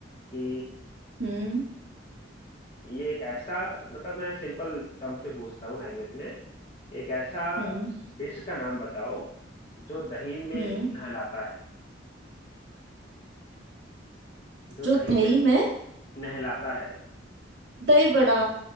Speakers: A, on the left; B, on the right.
A: कि
B: हम्म
A: ये एक ऐसा मतलब मैं सिंपल टर्म्स में पूछता हूँ लैंग्वेज में एक ऐसा
B: हम्म
A: डिश का नाम बताओ जो दही में
B: हम्म
A: नहलाता है जो
B: जो
A: दही
B: दही
A: में
B: में
A: नहलाता है
B: दही बड़ा